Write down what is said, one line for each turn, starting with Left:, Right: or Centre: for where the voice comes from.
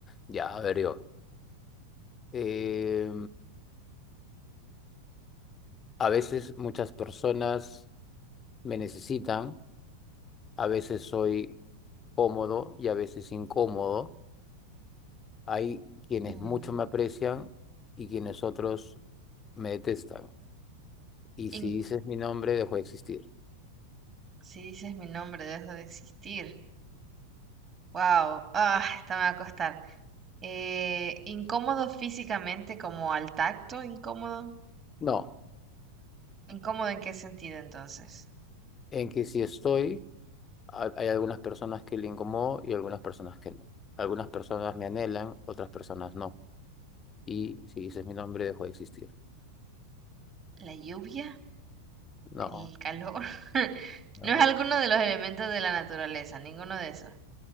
Left: Ya, a ver yo. Eh, A veces muchas personas me necesitan, a veces soy cómodo y a veces incómodo. Hay quienes
Right: Mm.
Left: mucho me aprecian y quienes otros me detestan. Y si
Right: In-
Left: dices mi nombre, dejo de existir.
Right: si dices mi nombre, dejo de existir. Wow, ah, esta me va a costar. Eh, incómodo físicamente como al tacto, incómodo.
Left: No,
Right: ¿Incómodo en qué sentido entonces?
Left: en que si estoy, ha- hay algunas personas que le incomodo y algunas personas que no. Algunas personas me anhelan, otras personas no. Y si dices mi nombre, dejo de existir.
Right: ¿La lluvia? ¿El
Left: No,
Right: calor? <laughs>
Left: no,
Right: No es alguno de los elementos de la naturaleza, ninguno de esos.